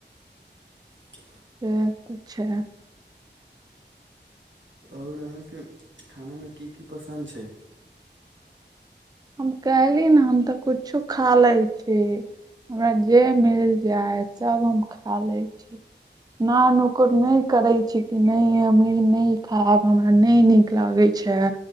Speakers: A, on the right (about 85°); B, on the right (about 20°).
A: त।
B: से अच्छा छै।
A: आओर अहाँकेँ खानामे कि कि पसन्द छै।
B: हम कहली ने हम तऽ कुछो खाले छी। हमरा जे मिल जाय सभ हम खाले छी। न नुकुर नहि करे छी कि नहि हम ने खायब हमरा नहि नीक। नीक लागे छै